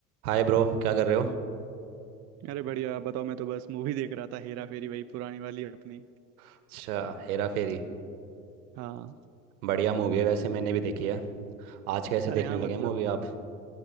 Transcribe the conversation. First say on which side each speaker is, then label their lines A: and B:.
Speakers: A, on the right; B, on the right.
A: हाय bro क्या कर रहे हो
B: अरे बढ़िया आप बताओ मैं तो बस मूवी देख रहा था हेरा फेरी वही पुरानी वाली अपनी
A: अच्छा हेरा फेरी
B: हाँ
A: बढ़िया मूवी है वैसे मैंने भी देखी है आज कैसे
B: अरे
A: देखने
B: हाँ
A: लगे
B: मतलब
A: मूवी आप